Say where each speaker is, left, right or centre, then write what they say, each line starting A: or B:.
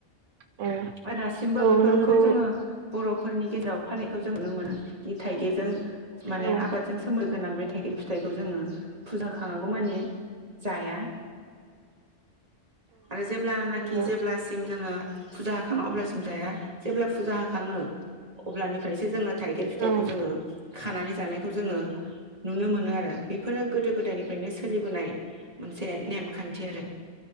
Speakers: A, on the right; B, on the right.
A: औ
B: आरो दासिमबो
A: औ
B: बेफोरखौ
A: नंगौ
B: जोङो
A: औ
B: बर'फोरनि गेजेराव फालिनायखौ जों नुनो मोनो। बि थाइगिरजों माने
A: औ
B: आबादजों सोमोन्दो गोनां बे थाइगिर फिथाइखौ जोङो फुजा होखाङागौ मानि जाया। आरो जेब्लानाखि
A: नंगौ
B: जेब्लासिम जोङो फुजा होखाङा अब्लासिम जाया जेब्ला फुजा होखाङो अब्लानिफ्रायसो जोङो थाइगिर फिथाइखौ
A: औ औ
B: जोङो खानानै जानायखौ जोङो नुनो मोनो आ रो बेफोरनो गोदो गोदायनि नो सोलिबोनाय मोनसे नेम खान्थि आरो